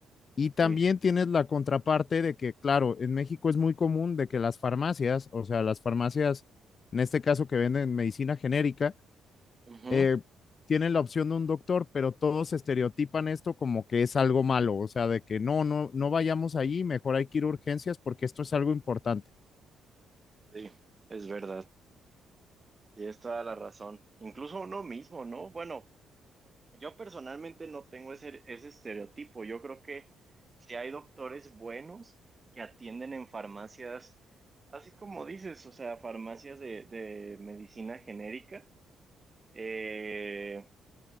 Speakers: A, on the left; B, on the right.
A: Y también
B: sí,
A: tienes la contraparte de que, claro, en México es muy común de que las farmacias, o sea, las farmacias, en este caso que venden medicina genérica,
B: ujú,
A: eh, tienen la opción de un doctor, pero todos estereotipan esto como que es algo malo, o sea, de que no, no, no vayamos allí, mejor hay que ir a urgencias porque esto es algo importante,
B: sí, es verdad. Tienes toda la razón. Incluso uno mismo, ¿no? Bueno. Yo personalmente no tengo ese, ese estereotipo. Yo creo que si hay doctores buenos que atienden en farmacias, así como dices, o sea, farmacias de, de medicina genérica, eh,